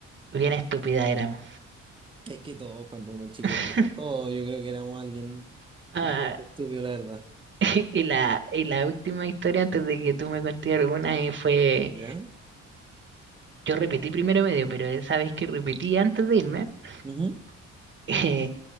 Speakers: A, on the right; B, on the right.
A: bien estúpida éramos.
B: Es que todos, cuando uno es chico,
A: <laughs>
B: todos, yo creo que éramos alguien
A: Ah,
B: bastante estúpido, la verdad.
A: <laughs> y la, y la última historia antes de que tú me contes alguna eh, fue,
B: ¿Ya?
A: yo repetí primero medio, pero esa vez que repetí antes de irme,
B: Ujú.
A: <laughs> eh,